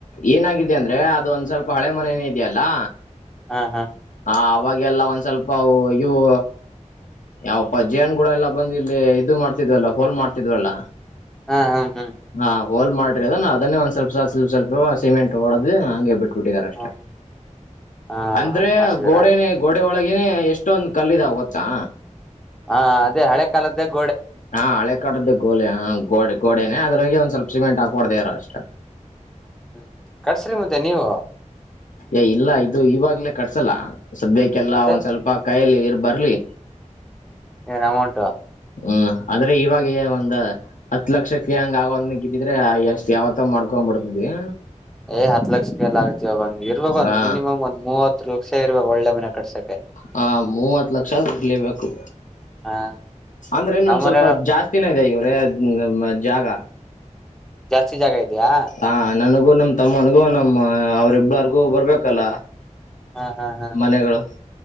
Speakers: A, on the left (about 80°); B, in the centre.
A: ಏನಾಗಿದೆ ಅಂದ್ರೆ ಅದು ಒಂದ್ ಸ್ವಲ್ಪ ಹಳೆ ಮನೆ ಇದೇ ಅಲ್ಲಾ
B: ಹಾ ಹಾ
A: ಹ ಅವಾಗೆಲ್ಲ ಒಂದ್ ಸ್ವಲ್ಪ ಅವು ಇವು ಯಾವಪ್ಪ ಜೇನ್ ಗೂಡ ಎಲ್ಲಾ ಬಂದ ಇಲ್ಲಿ ಇದು ಮಾಡ್ತಿದ್ವಲ್ಲ ಹೋಲ್ ಮಾಡ್ತಿದ್ವಲ್ಲ
B: ಹಾ ಹಾ ಹ್ಮ್
A: ಹಾ ಹೋಲ್ ಮಾಡ್ರಿ ಅದ ನಾ ಅದನ್ನೇ ಒಂದ್ ಸ್ವಲ್ಪ ಸ್ವಲ್ಪ ಸ್ವಲ್ಪ ಸಿಮೆಂಟ್ ಹೊಡದ್ ಹಂಗೆ ಬಿಟ್ ಬೀಟಿದರೆ ಅಷ್ಟೇ
B: ಹ್ಮ್ ಹಾ
A: ಅಂದ್ರೆ
B: ಹಂಗ್ ಮಾಡ್ಸಿದೀರಾ
A: ಗೋಡೆನೆ ಗೋಡೆ ಒಳಗೆ ಏನ ಎಷ್ಟೊಂದ್ ಕಲ್ಲಿದಾವ ಗೊತ್ತಾ
B: ಹಾ ಅದೇ ಹಳೆ ಕಾಲದ್ದಾಗ
A: ಹಾ ಹಳೆ ಕಾಲದ ಗೋಡೆ ಹಾ ಗೋಡೆ ಗೋಡೆನೆ ಅದ್ರೊಗೆ ಒಂದ್ ಸ್ವಲ್ಪ ಸಿಮೆಂಟ್ ಹಾಕಿ ಹೊಡೆದಿಂದರೆ ಅಷ್ಟೆ
B: ಹ್ಮ್ ಕಟ್ಸ್ರಿ ಮತ್ತೆ ನೀವು
A: ಏ ಇಲ್ಲ ಇದು ಇವಾಗ್ಲೇ ಕಟ್ಸಲ್ಲ ಸದ್ಯಕ್ಕೆಲ್ಲಾ
B: ಮತ್ತೆ
A: ಒಂದ್ ಸ್ವಲ್ಪ ಕೈಯಲಿ ಬರಲಿ
B: ಏನ್ ಅಮೌಂಟಾ
A: ಹ್ಮ್ ಆದ್ರೆ ಇವಾಗ ಒಂದ್ ಹತ್ ಲಕ್ಷಕ್ಕೆ ಹಂಗ ಆಗುವಂಗ್ ಇದ್ದಿದ್ರೆ ಎಷ್ಟ್ ಯಾವತ್ತ ಮಾಡ್ಕೊ ಮಾಡ್ತಿದೀವಿ
B: ಏ್ ಹತ್ ಲಕ್ಷಕ್ಕೆಲ್ಲ ಆಗಕಿಲ್ಲಾ ಒಂದ ಇರ್ಬೇಕು ಒಂದ
A: ಹಾ
B: ಮಿನಿಮ್ಮಾ ಒಂದ್ ಮೂವತ್ತು ಲಕ್ಷ ಇರ್ಬೇಕ್ ಒಂದ ಒಳ್ಳೆ ಮನೆ ಕಟ್ಸಕ್ಕೆ
A: ಹಾ ಮೂವತ್ ಲಕ್ಷ ಇರ್ಬೇಕು
B: ಹ
A: ಅಂದ್ರೆ ನಮ್
B: ನಮ್ಮನೇನು
A: ಸ್ವಲ್ಪ ಜಾಸ್ತಿನೆ ಇದೆ ಇವ್ರೆ ಜಾಗ
B: ಜಾಸ್ತಿ ಜಾಗ ಇದೆಯಾ
A: ಹಾ ನನಗೂ ನಮ ತಮ್ಮನಿಗೂ ನಮ್ಮ ಅವ್ರಿಬ್ಳಾರ್ಗೂ ಬರ್ಬೇಕಲ್ಲ
B: ಹಾ ಹಾ ಹಾ
A: ಮನೆಗಳು